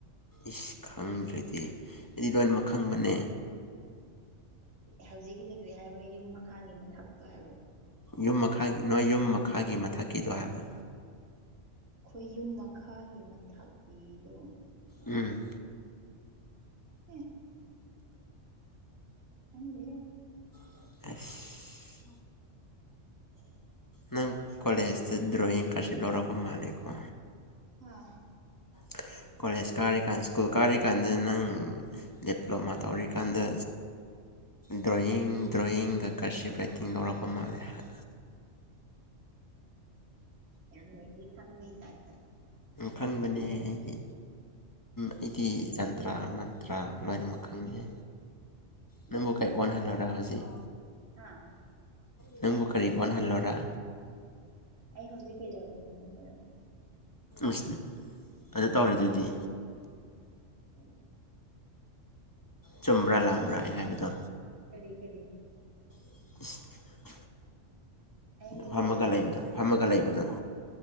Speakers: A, on the left; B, on the right.
A: ꯏꯁ ꯈꯪꯗ꯭ꯔꯗꯤ ꯑꯩꯗꯤ ꯂꯣꯏꯃꯛ ꯈꯪꯕꯅꯦ
B: ꯍꯧꯖꯤꯛꯀꯤꯗꯤ ꯀꯔꯤ ꯍꯥꯏꯕ ꯌꯨꯝ ꯃꯈꯥꯒꯤ ꯃꯊꯛꯇꯣ ꯍꯥꯏꯕꯣ
A: ꯌꯨꯝ ꯃꯈꯥ ꯅꯣꯏ ꯌꯨꯝ ꯃꯈꯥꯒꯤ ꯃꯊꯛꯀꯤꯗꯣ ꯍꯥꯏꯕ
B: ꯈꯣꯏꯌꯨꯝ ꯃꯈꯥꯒꯤ ꯃꯊꯛꯀꯤꯗꯣ
A: ꯎꯝ
B: ꯎꯝ ꯍꯗꯦ
A: ꯑꯁ
B: <inaudible>
A: ꯅꯪ ꯀꯣꯂꯦꯖꯇ ꯗ꯭ꯔꯣꯌꯤꯡ ꯀꯔꯁꯤꯞ ꯂꯧꯔꯛꯄ ꯃꯥꯜꯂꯦꯀꯣ
B: ꯑꯥ
A: <inaudible> ꯀꯣꯂꯦꯖ ꯀꯥꯔꯤꯀꯥꯟꯗ ꯁ꯭ꯀꯨꯜ ꯀꯥꯔꯤꯀꯥꯟꯗ ꯅꯪ ꯗꯤꯄ꯭ꯂꯣꯃꯥ ꯇꯧꯔꯤꯀꯥꯟꯗ ꯗ꯭ꯔꯣꯌꯤꯡ ꯗ꯭ꯔꯣꯌꯤꯡꯒ ꯀꯔꯁꯤꯞ ꯔꯥꯏꯇꯤꯡ ꯂꯧꯔꯛꯄ ꯃꯥꯜꯂꯦ ꯍꯥꯏ
B: ꯌꯥꯝ ꯅꯩꯕꯤ ꯈꯪꯕꯩ ꯇꯥꯏꯞꯇ
A: ꯈꯪꯕꯅꯦꯍꯦ
B: ꯃꯦꯖꯤꯛꯂ ꯅꯪꯕꯣ
A: ꯑꯩꯗꯤ ꯑꯩꯗꯤ ꯖꯟꯇ꯭ꯔꯥ ꯃꯟꯇ꯭ꯔꯥ ꯂꯣꯏꯅꯃꯛ ꯈꯪꯉꯦ ꯅꯪꯕꯨ
B: ꯀꯤꯕ꯭ꯔꯥ?
A: ꯀꯩ ꯑꫭꯟꯍꯜꯂꯨꯔꯥ ꯍꯧꯖꯤꯛ
B: ꯍꯥ
A: ꯅꯪꯕꯨꯨ ꯀꯔꯤ ꯑꯣꯟꯍꯟ ꯂꫭꯔꯥ
B: ꯑꯩ ꯍꯧꯖꯤꯛ ꯀꯩꯗꯧꯕ ꯑꯗꯨꯗꯤ ꯍꯥꯏꯔꯣ
A: ꯏꯁ ꯑꯗ ꯇꯧꯔꯤꯗꯨꯗꯤ
B: ꯎꯝ
A: ꯆꯨꯝꯕ꯭ꯔꯥ ꯂꯥꯟꯕ꯭ꯔꯥ ꯑꯩ ꯍꯥꯏꯕꯗꯣ
B: ꯀꯔꯤ ꯀꯔꯤ
A: <inaudible>
B: ꯑꯩ ꯍꯧꯖꯤꯛ
A: ꯐꯝꯃꯒ
B: ꯀꯔꯤ ꯇꯧꯔꯤꯅꯣ
A: ꯂꯩꯕꯗꯣ ꯐꯝꯃꯒ ꯂꯩꯕꯗꫭ